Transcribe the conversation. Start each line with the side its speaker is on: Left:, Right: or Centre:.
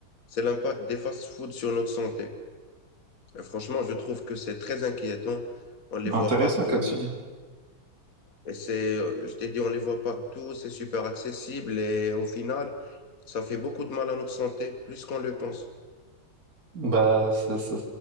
Left: c'est l'impact des fast-foods sur notre santé. Et franchement, je trouve que c'est très inquiétant. On les voit
Right: Intéressant
Left: partout
Right: comme sujet.
Left: et c'est, euh, je t'ai dit, on les voit partout, c'est super accessible et au final, ça fait beaucoup de mal à notre santé, plus qu'on le pense.
Right: Bah, ça- ça-